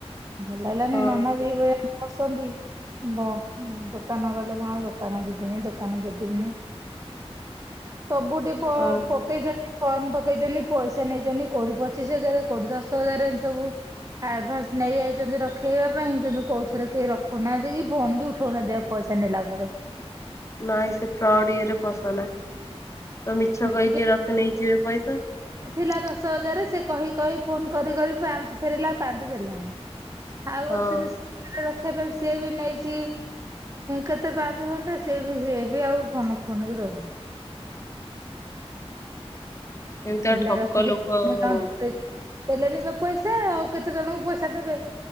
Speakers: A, on the right (about 30°); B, on the left (about 30°).
A: ଭଲ ହେଲାନି
B: ହଁ
A: ନନା ଦିଇ ଭାଇଙ୍କ ବସନ୍ତି ବ ଦୋକାନ ଗଲେ କଣ ଆଉ ମୁଁ ଦୋକାନ ଯିବିନି ଦୋକାନ ଦେବିନି। ସବୁଠି ପ
B: ଓହୋ
A: ପକେଇ ଚନ୍ତି ଫର୍ମ ପକେଇଚନ୍ତି ପଇସା ନେଇଚନ୍ତି କୋଉଠି ପଚିଶ ହଜାର କୋଉଠି ଦଶ ହଜାର ଏମିତି ସବୁ ଆଡଭାନ୍ସ ନେଇଯାଇଚନ୍ତି ରଖେଇବା ପାଇଁ କିନ୍ତୁ କୋଉ ଥରେ କେହି ରଖୁନାହାନ୍ତି କି ଫୋନ ବି ଉଠଉନାହାନ୍ତି ପଇସା ନେଲା ପରେ।
B: ନାଇଁ ସେ ଫ୍ରଡ ଇଏରେ ପସ ନା ତ ମିଛ
A: ନେଇଛନ୍ତି
B: କହିକି ରଖି ନେଇଯିବେ ପଇସା
A: ଥିଲା ଦଶ ହଜାର ସେ କହି କହି ଫୋନ କରି କରି ପାଞ୍ଚ ଫେରିଲା ଆଉ ପାଞ୍ଚ ଦେଲାନି। ଆଉ
B: ହଁ
A: ଗୋଟେ ସେ ନିଷ୍ ଦେଖିବା ପାଇଁ ସିଏ ବି ନେଇଚି କେତେ ପାଞ୍ଚେ ଖଣ୍ଡେ ସିଏବି ସିଏବି ଆଉ ଫୋନ ଉଠଉନିକି ଦଉନି।
B: ଏମିତିଆ
A: ପିଲା
B: ଠକ
A: ରଖିକି
B: ଲୋକ
A: ଚିକେନ
B: ହଉ।
A: କାଉଣ୍ଟର ଦେଇଚି। ଦେଲେ ନିବେ ପଇସା ଆଉ କେତେ ଜଣଙ୍କୁ ପଇସା ଦେବେ